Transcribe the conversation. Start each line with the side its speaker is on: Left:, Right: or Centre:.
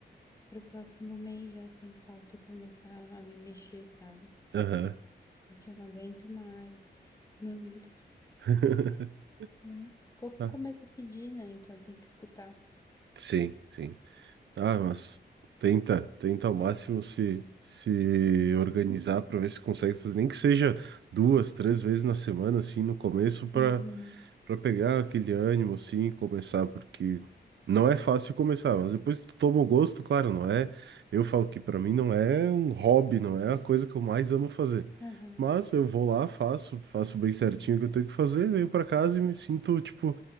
Left: para o próximo mês já sem falta começar a me mexer, sabe?
Right: Aham.
Left: Porque eu não aguento mais. <laughs> Não aguento mais,
Right: <laughs>
Left: né? O corpo
Right: Ah,
Left: começa a pedir, né? Então tem que escutar.
Right: Sim, sim. Ah, mas tenta, tenta ao máximo se, se organizar para ver se consegue fazer, nem que seja duas, três vezes na semana, assim, no começo, para
Left: uhum.
Right: para pegar aquele ânimo, assim, e começar, porque não é fácil começar, mas depois tu toma o gosto, claro, não é. Eu falo que para mim não é um hobby, não é a coisa que eu mais amo fazer.
Left: Aham,
Right: Mas eu vou lá, faço, faço bem certinho o que eu tenho que fazer, venho para casa e me sinto, tipo,